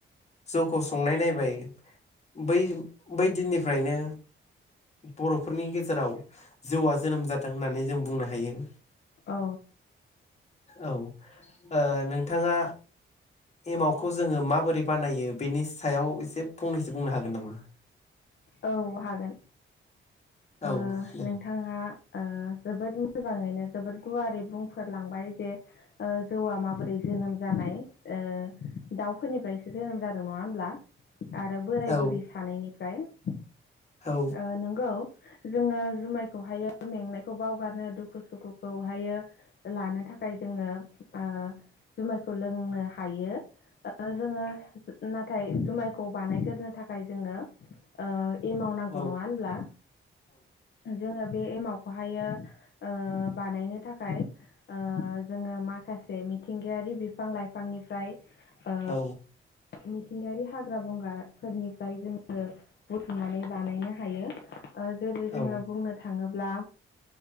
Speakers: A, on the left (about 30°); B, on the left (about 55°).
A: जौखौ संनाय नायबाय। बै बै दिननिफ्रायनो बर'फोरनि गेजेराव जौआ जा जोनोम जादों होन्नानै जों बुंनो हायो।
B: औ।
A: औ ओ नोंथाङा एमावखौ जोङो माबोरै बानायो बेनि सायाव एसे फंनैसो बुंनो हागोन नामा।
B: औ हागोन। ओ
A: औ दे
B: नोंथाङा ओ जोबोद मोजाङैनो जोबोद गुवारै बुंफोरलांबाय जे ओ जौआ माबोरै जोनोम जानाय। ओ दाउफोरनिफ्रायसो जोनोम जादों नङा होमब्ला आरो बोराय
A: औ
B: बुरै सानैनिफ ओ
A: औ
B: नोंगौ। जोङो जुमायखौहायो मेंनायखौ बावगारनो दुखु सुखुखौहायो लानो थाख थाखाय जोङो ओ जुमायखौ लोंनो हायो ओ जोङो नाथाय जुमायखौ बानायगोरनो थाखाय जोङो ओ एमाव नांगौ
A: औ
B: नङा होनब्ला जोङो बे एमावखौहायो ओ बानायनो थाखाय ओ जोङो माखासे मिथिंगायारि बिफां लाइफां फांनिफ्राय ओ
A: औ
B: मिथिंगायारि हाग्रा बंगाफोरनिफ्राय जोङो बुथुमनानै बानायनो हायो ओ जेरै जोङो
A: औ
B: बुंनो थाङोब ब्ला